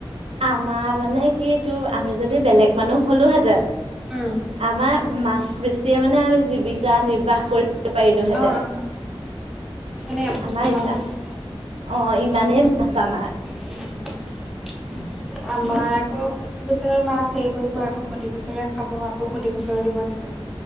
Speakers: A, on the right; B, in the centre.
A: আমাৰ মানে কি তোৰ আমি যদি বেলেগ মানুহ হলো হেতেন
B: উম।
A: আমাৰ মাছ বেছিয়ে মানে আমি জিবি জিবিকা নিৰ্বাহ কৰিব পাৰিলোহেঁতেন
B: অ অ মানে এবছৰ
A: আমাৰ
B: মাছ
A: ইমান
B: নহয় যে।
A: অ ইমানেই মাছ আমাৰ
B: উম, আমাৰ আকৌ প্ৰতি বছৰৰ মাছ হেৰি কৰিব আকৌ প্ৰতি বছৰে খাব আকৌ প্ৰতিবছৰে দিব তেনেকে